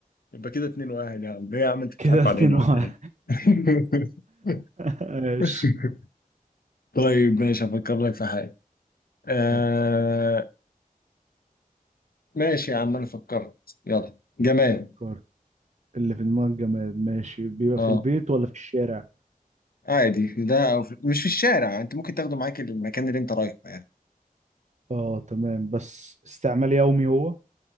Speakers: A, on the left; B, on the right.
A: يبقى كده اتنين واحد يا عم ليه يا عم انت
B: كده
A: بتضحكوا
B: <laughs> اتنين
A: علينا
B: واحد
A: ولا ايه <laughs>
B: <laughs> ماشي
A: <laughs> طيب ماشي هفكر لك في حاجة آه
B: فكر
A: ماشي يا عم أنا فكرت يلا جماد
B: فكر اللي في دماغك جماد ماشي بيبقى
A: اه
B: في البيت ولا في الشارع
A: عادي في ده أو في... مش في الشارع أنت ممكن تاخده معاك المكان اللي أنت رايحه يعني
B: اه تمام بس استعمال يومي هو